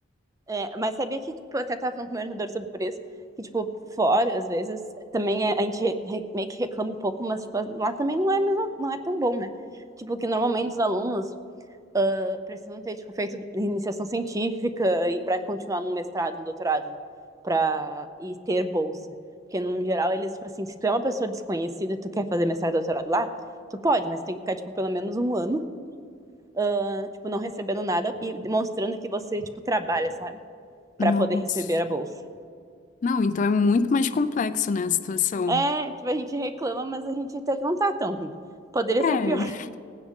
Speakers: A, on the right (about 15°); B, on the left (about 40°).
A: É, é, mas sabia que, tipo, eu até tava falando com o meu orientador sobre isso, que, tipo, fora, às vezes, também é- a gente re- re- meio que reclama um pouco, mas, tipo, lá também não é, mesmo, não é tão bom, né? Tipo, que normalmente os alunos, precisam ter tipo, feito iniciação científica e para continuar num mestrado, num doutorado, para e ter bolsa. Porque, no geral, eles, tipo assim, se tu é uma pessoa desconhecida e tu quer fazer mestrado doutorado lá, tu pode, mas tem que ficar, tipo, pelo menos um ano, uh, tipo, não recebendo nada e demonstrando que você, tipo, trabalha, sabe? para
B: Nossa.
A: poder receber a bolsa.
B: Não, então é muito mais complexo, né, a situação.
A: É, tipo, a gente reclama, mas a gente até que não tá tão ruim. Poderia
B: É,
A: ser pior.